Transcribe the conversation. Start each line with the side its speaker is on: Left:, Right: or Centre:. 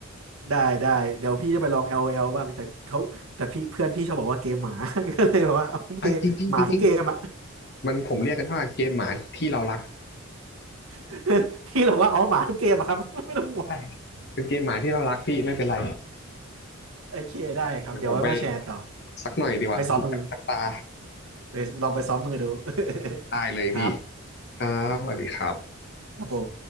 Right: ได้ได้เดี๋ยวพี่จะไปลอง LOL บ้างแต่เขาแต่พี่เพื่อนพี่ชอบบอกว่าเกมหมา <laughs> ก็เลยบอกว่าโอเคหมาทุกเกมอ่ะ
Left: อ่ะจริงจริงจริงๆมันผมเรียกกันว่าเกมหมาที่เรารัก
Right: <laughs> พี่บอกว่าอ๋อหมาทุกเกมอะครับ <laughs> ไม่ต้องห่วง
Left: ใช่เป็นเกมหมาที่เรารักพี่ไม่เป็นไร
Right: โอเคได้ครับเดี๋ยวไว้มาแชร์ต่อ
Left: เดี๋ยวผมไปสักหน่อยดีกว่า
Right: ไปซ้อมมือ
Left: <laughs> สักตา
Right: เดี๋ยวลองไปซ้อมมือดู
Left: ได้เลยพี่
Right: <laughs> ครับ
Left: ครับสวัสดีครับ
Right: ครับผม